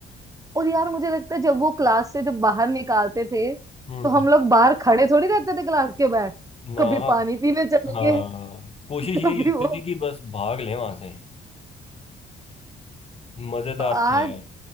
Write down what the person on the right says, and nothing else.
और यार मुझे लगता है जब वो क्लास से जब बाहर निकालते थे तो
हम लोग बाहर खड़े थोड़ी रहते थे क्लास के बाहर
कभी पानी पीने चले
गए <laughs>
कभी
वो
आज